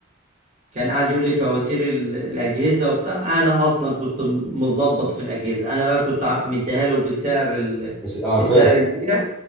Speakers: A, on the right; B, in the centre.
A: كان قاعد يقول لي فواتير ال- الاجهزه وبتاع انا اصلا كنت مظبط في الاجهزه انا بقى كنت ع- مديها له بسعر ال...
B: بس أه
A: بسعر
B: فاهم
A: البيع